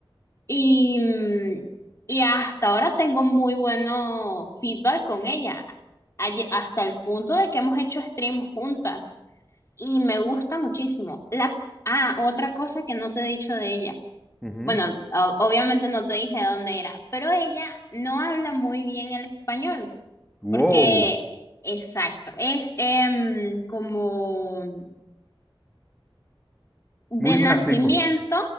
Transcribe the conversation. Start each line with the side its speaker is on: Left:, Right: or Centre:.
Left: y, mm, y hasta ahora tengo muy bueno feedback con ella, Aye- hasta el punto de que hemos hecho streams juntas y me gusta muchísimo. La, ah, otra cosa que no te he dicho de ella.
Centre: ujú,
Left: Bueno, o- obviamente no te dije dónde era, pero ella no habla muy bien el español.
Centre: Wow,
Left: Porque, exacto, es em, como de
Centre: muy
Left: nacimiento,
Centre: básico.